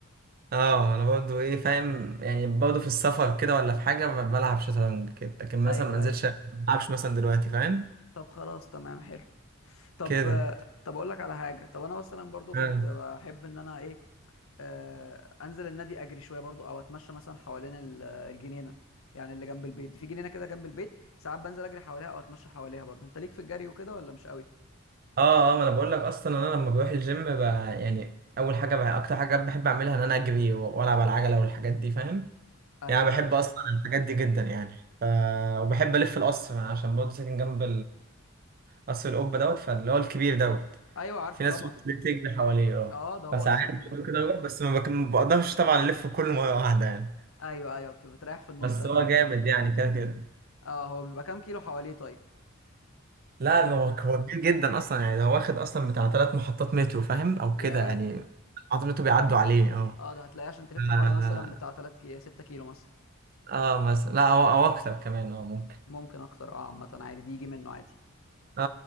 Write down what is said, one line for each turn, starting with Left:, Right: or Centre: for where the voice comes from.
Right: اه انا برضه ايه فاهم يعني برضه في السفر كده ولا في حاجه ب- بلعب شطرنج كده لكن مثلا
Left: ايوه
Right: ما انزلش
Left: ايوه
Right: ما بلعبش مثلا دلوقتي فاهم
Left: طب خلاص تمام حلو طب
Right: كده
Left: طب اقول لك على حاجه طب انا مثلا برضو كنت
Right: اه
Left: بحب ان انا ايه آه، انزل النادي اجري شويه برضو او اتمشى مثلا حوالين ال- الجنينه يعني اللي جنب البيت دي، في جنينه كده جنب البيت ساعات بنزل اجري حواليها او اتمشى حواليها برضو انت ليك في الجري وكده ولا مش قوي
Right: اه ما انا بقول لك اصلا انا لما بروح الجيم ب... يعني اول حاجه بقى اكتر حاجه بحب اعملها ان انا اجري و- والعب على العجله والحاجات دي فاهم
Left: ايوه
Right: يعني أنا بحب
Left: ايوه
Right: اصلا الحاجات دي جدا يعني ف... وبحب الف القصر عشان برضه ساكن جنب قصر القبة دوت فاللي هو الكبير دوت
Left: ايوه عارفه
Right: في
Left: طبعا
Right: ناس بتجري حواليه اه
Left: اه ده هو
Right: فساعات
Left: اصلا
Right: بيقولوا كده بروح بس ما بك- ما بقدرش طبعا الف كله مرة واحدة يعني
Left: ايوه ايوه بت- بتريح في النص
Right: بس
Left: اكيد
Right: هو جامد يعني كده كده
Left: اه هو بيبقى كام كيلو حواليه طيب عشان
Right: لا
Left: تلف
Right: هو هو كبير جدا اصلا يعني هو واخد اصلا بتاع ثلاث محطات مترو فاهم او
Left: ياه
Right: كده يعني محطات مترو بيعدوا عليه اه
Left: اه ده هتلاقيه عشان تلف حواليه
Right: اه
Left: مثلا بتاع 3 كي 6 كيلو مثلا
Right: آه، مثلا لا هو او اكتر كمان اه ممكن
Left: ممكن اكتر اه عامه عادي دي يجي منه عادي
Right: اه